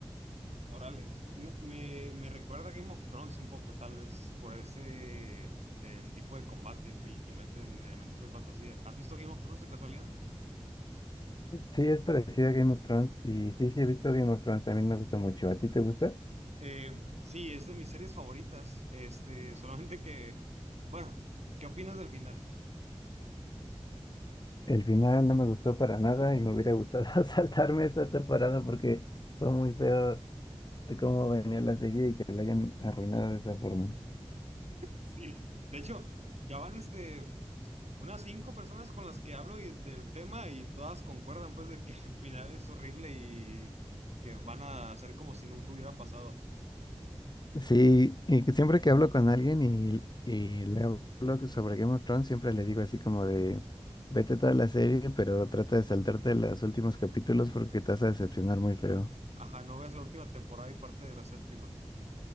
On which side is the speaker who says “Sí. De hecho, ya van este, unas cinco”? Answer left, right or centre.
Right